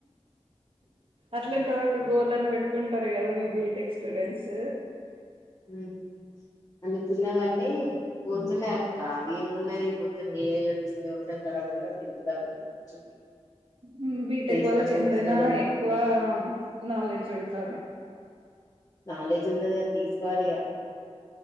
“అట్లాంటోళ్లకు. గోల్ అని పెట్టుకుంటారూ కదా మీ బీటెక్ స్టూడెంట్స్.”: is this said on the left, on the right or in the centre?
Right